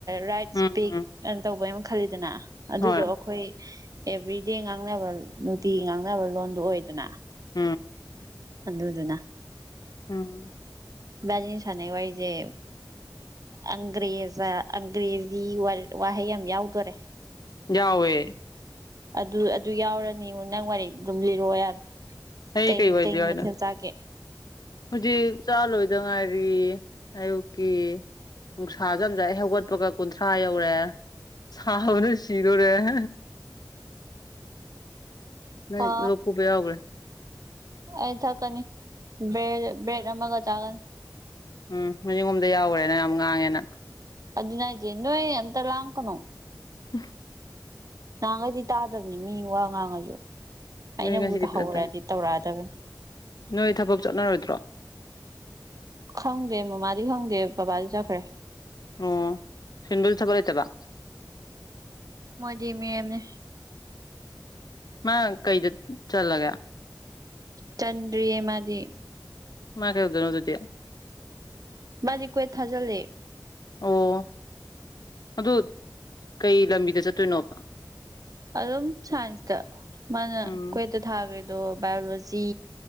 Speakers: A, on the right (about 55°); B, on the left (about 65°).
A: write speak
B: um um
A: ꯇꯧꯕ ꯑꯃ ꯈꯜꯂꯤꯗꯅ ꯑꯗꯨꯗꯣ
B: ꯍꯣꯏ
A: ꯑꯩꯈꯣꯏ ꯑꯦꯕ꯭ꯔꯤꯗꯦ ꯉꯥꯡꯅꯕ ꯅꯨꯡꯇꯤꯒꯤ ꯉꯥꯡꯅꯕ ꯂꯣꯟꯗꯨ ꯑꯣꯏꯗꯅ
B: ꯎꯝ
A: ꯑꯗꯨꯗꯨꯅ
B: ꯎꯝ
A: ꯕꯥꯅꯤ ꯁꯥꯟꯅꯩ ꯋꯥꯁꯦ ꯑꯪꯒ꯭ꯔꯦꯖ ꯑꯪꯒ꯭ꯔꯦꯖꯤ ꯋꯥꯍꯩ ꯌꯥꯝ ꯌꯥꯎꯗꯣꯔꯦ
B: ꯌꯥꯎꯋꯦ
A: ꯑꯗꯨ ꯑꯗꯨ ꯌꯥꯎꯔꯅꯤꯉꯣꯟ ꯅꯪ ꯋꯥꯔꯤ ꯑꯗꯨꯝ ꯂꯤꯔꯛꯑꯣ ꯌꯥꯔꯦ
B: ꯑꯩ
A: ꯀꯩ
B: ꯑꯣꯏꯗꯤ
A: ꯀꯩ
B: ꯌꯥꯎꯏꯅꯣ
A: ꯃꯊꯦꯜ ꯆꯥꯒꯦ
B: ꯍꯧꯖꯤꯛ ꯆꯥ ꯂꯣꯏꯗ ꯉꯥꯏꯔꯤ ꯑꯌꯨꯛꯀꯤ ꯅꯨꯡꯁꯥꯖꯝꯖꯥ ꯍꯧꯒꯠꯄꯒ ꯀꯨꯟꯊ꯭ꯔꯥ ꯌꯧꯔꯦ ꯁꯥꯕꯅꯦ ꯁꯤꯒꯔꯦ ꯎ ꯅꯪ
A: ꯑ
B: ꯂꯣꯛ ꯈꯨꯕ ꯌꯥꯎꯈ꯭ꯔꯦ
A: ꯑꯩ ꯊꯀꯅꯤ ꯕ ꯕꯦꯠ ꯑꯃꯒ ꯆꯥꯒꯅꯤ
B: ꯎꯝ ꯃꯖꯤꯤꯡꯒꯣꯝꯗ ꯌꯥꯎꯈꯔꯦꯅ ꯌꯥꯝ ꯉꯥꯡꯉꯦꯅ
A: ꯑꯗꯨꯗ ꯅꯥꯏꯗꯦ ꯅꯣ ꯑꯦ ꯇꯂ ꯀꯅ
B: ꯍ
A: ꯅꯍꯥꯟꯈꯩꯗꯤ ꯇꯥꯗꯕꯅꯤ ꯃꯤ ꯋꯥ ꯉꯥꯡꯉꯁꯨ ꯑꯩꯅꯕꯨꯗ
B: ꯅꯣꯏ ꯉꯁꯤꯗꯤ ꯐꯖꯅ
A: ꯍꯧꯔꯗꯤ
B: ꯇꯥꯏ
A: ꯇꯧꯔꯛꯑꯗꯕꯅꯤ
B: ꯅꯣꯏ ꯊꯕꯛ ꯆꯠꯅꯔꯣꯏꯗ꯭ꯔꯣ
A: ꯈꯪꯗꯦ ꯃꯃꯥꯗꯤ ꯈꯪꯗꯦ ꯕꯕꯥꯗꯤ ꯆꯠꯈ꯭ꯔꯦ
B: ꯑꯣ ꯁꯦꯟꯗꯔꯤ ꯊꯕꯔ ꯂꯩꯇꯕ
A: ꯑꯗꯨ ꯃꯦꯝꯅꯦ
B: ꯃ ꯀꯩꯗ ꯆꯜꯒ
A: ꯇꯟꯔꯤꯌꯦ ꯃꯥꯗꯤ
B: ꯃꯥ ꯀꯦꯗ ꯅꯗꯗꯦ
A: ꯃꯥꯗꯤ ꯀꯋ ꯊꯥꯖꯂꯦ
B: ꯑꯣ ꯑꯗꯨ ꯀꯩ ꯂꯝꯕꯤꯗ ꯆꯠꯇꯣꯏꯅꯣꯕ
A: ꯑꯗꯨꯝ ꯁꯥꯏꯟꯁꯇ ꯃꯥꯅ
B: ꯎꯝ
A: ꯀꯣꯏꯠꯇ ꯊꯥꯈ꯭ꯔ ꯑꯗꯣ ꯕꯥꯏꯌꯑꯣꯂꯣꯖꯤ